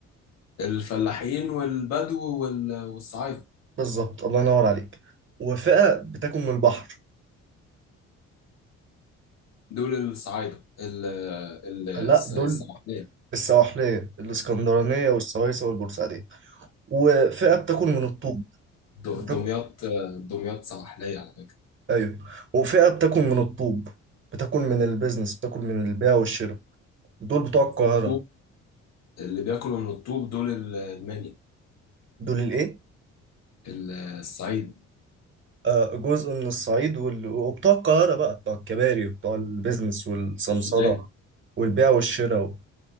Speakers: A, on the left; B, on the right.
A: الفلاحين والبدو وال- والصعايدة
B: بالظبط الله ينور عليك وفئة بتاكل من البحر
A: دول الصعايدة ال- ال- الس-
B: لا دول
A: السواحلية
B: السواحلية الإسكندرانية والسويسة والبورسعيدية وفئة بتاكل من الطوب
A: دمياط
B: بتاكل...
A: دمياط دمياط سواحلية على فكرة
B: أيوه وفئة بتاكل من الطوب بتاكل من البيزنس بتاكل من البيع والشراء دول بتوع القاهرة
A: الطوب، اللي بياكلوا من الطوب دول ال- المني
B: دول الايه
A: ال- الصعيد
B: آه جزء من الصعيد وال... وبتوع القاهرة بقى بتوع الكباري وبتوع البيزنس والسمسرة
A: السودان
B: والبيع والشراء و...